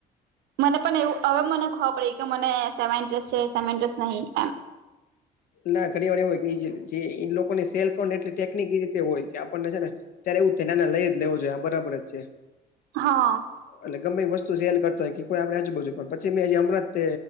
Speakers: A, on the right; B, on the left.
A: મને પણ એવું હવે મને ખબ પડી કે મને સેમા ઇન્ટરેસ્ટ છે સેમા ઇન્ટરેસ્ટ નહીં એમ.
B: ના ઘણી વાર એ હોય કે જે લોકોની સેલને એટ ટેકનિક રીતે હોય કે આપણને છે ને ત્યારે એવુ જ થા નાના લઈ જ લેવો જોઈ આ બરાબર જ છે.
A: હા.
B: એટલે ગમે એ વસ્તુ સેલ કર હોય કે કોઈ આપડે આજુબજુ પણ પછી મે જે હમણાં જ તે